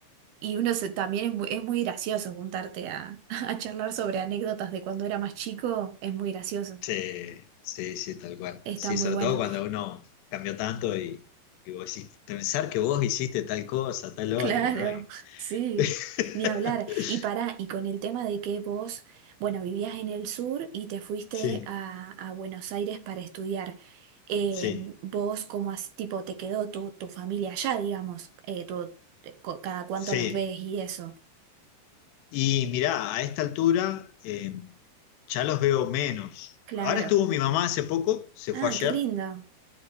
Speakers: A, on the right; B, on the left.
A: y uno se- también es muy, es muy gracioso juntarte a, <laughs> a charlar sobre anécdotas de cuando era más chico. Es muy gracioso.
B: sí, sí, sí, tal cual.
A: Está
B: Sí,
A: muy
B: sobre
A: bueno.
B: todo cuando uno cambió tanto y, y vos decís, pensar que vos hiciste tal cosa, tal otro,
A: Claro,
B: ¿no?
A: <laughs> sí,
B: <laughs>
A: ni hablar. Y para y con el tema de que vos, bueno, vivías en el sur y te fuiste
B: Sí,
A: a, a Buenos Aires para estudiar, eh,
B: sí,
A: vos como tipo te quedó tu, tu familia allá, digamos, eh, tu- eh, co- cada cuánto
B: sí.
A: los ves y eso.
B: Y mirá, a esta altura eh, ya los veo menos.
A: Claro.
B: Ahora estuvo mi mamá hace poco, se
A: Ah,
B: fue ayer,
A: qué lindo.